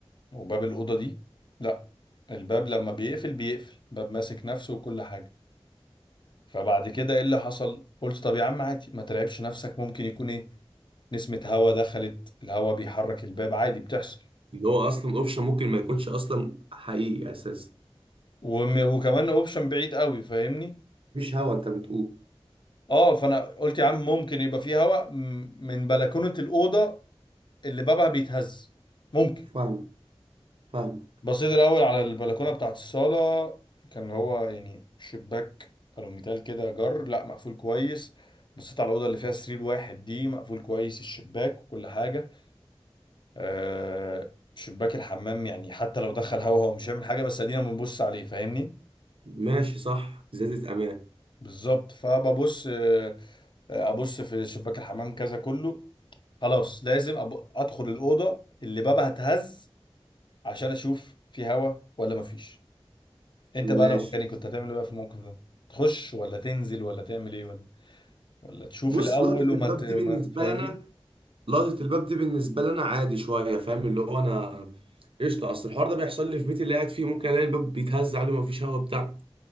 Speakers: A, on the left (about 50°); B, on the right (about 60°).
A: وباب الاوضه دي لا الباب لما بيقفل بيقفل باب ماسك نفسه وكل حاجه فبعد كده ايه اللي حصل قلت طب يا عم عادي ما ترعبش نفسك ممكن يكون ايه نسمة هوا دخلت الهوا بيحرك الباب عادي بتحصل
B: اللي هو اصلا اوبشن ممكن ما يكونش اصلا حقيقي اساسا
A: وم- وكمان اوبشن بعيد قوي فاهمني
B: مش هوا انت بتقول
A: اه فانا قلت يا عم ممكن يبقى فيه هواء م- من بلكونه الاوضه اللي بابها بيتهز ممكن
B: فاهم فاهم
A: بصيت الاول على البلكونه بتاعت الصاله كان هو يعني شباك الوميتال كده جر لا مقفول كويس بصيت على الاوضه اللي فيها سرير واحد دي مقفول كويس الشباك وكل حاجه آه شباك الحمام يعني حتى لو دخل هوا هو مش هيعمل حاجه بس ادينا بنبص عليه فاهمني
B: ماشي صح زيادة امان
A: بالظبط فببص آه، آه، ابص في شباك الحمام كذا كله خلاص لازم أب... ادخل الاوضه اللي بابها اتهز عشان اشوف في هوا ولا مفيش انت بقى
B: ماشي
A: لو مكاني كنت هتعمل ايه بقى في الموقف ده تخش ولا تنزل ولا تعمل ايه ولا ولا تشوف
B: بص
A: الاول
B: لقطة
A: وما
B: الباب
A: ت... ما...
B: دي بالنسبة
A: فاهمني
B: لنا لقطة الباب دي بالنسبة لنا عادي شوية فاهم اللي هو أنا قشطة أصل الحوار ده بيحصل لي في بيتي اللي قاعد فيه ممكن ألاقي الباب بيتهز عادي ومفيش هوا بتاع